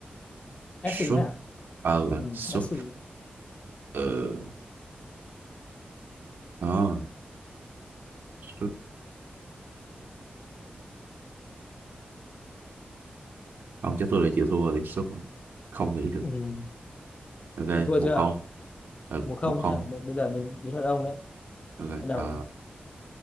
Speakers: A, on the left; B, on the right.
A: SC
B: xuất
A: nhá
B: ờ
A: ừ.
B: xuất
A: SC
B: ờ ờ, xuất không chắc tôi lại chịu thua rồi xuất không nghĩ được
A: ừ.
B: ok
A: Mình thua
B: một
A: chưa
B: không ừ,
A: một không
B: một không
A: nhá B- bây giờ đến đến lượt ông đấy
B: ok
A: bắt đầu
B: ờ,